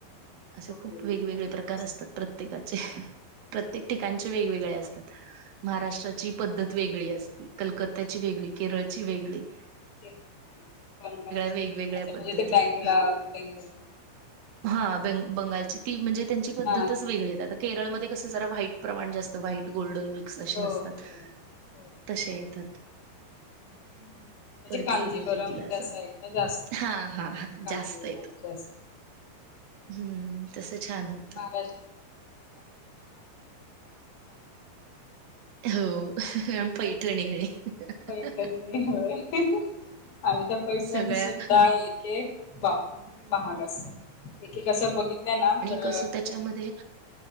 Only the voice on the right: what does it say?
असे
खूप
वेगवेगळे प्रकार असतात प्रत्येकाचे प्रत्येक ठिकाणचे
वेगवेगळे असतात. महाराष्ट्राची पद्धत वेगळी असते. कलकत्याची वेगळी, केरळची वेगळी -
वेगवेगळ्या
पद्धती
आहेत.
हा ब बंगालची ती म्हणजे -- त्यांची पद्धतच
वेगळी आता केरळमध्ये कस जरा व्हाईट प्रमाण जास्त व्हाईट गोल्डन मिक्स अशी
असतात.
तसे येतात.
पर्टिक्युलर
तिथलं
असं
हा हा हा
जास्त येतात.
हम्म तस छान हो.
हो पैठणी आणि
सगळ्या
कस त्याच्यामध्ये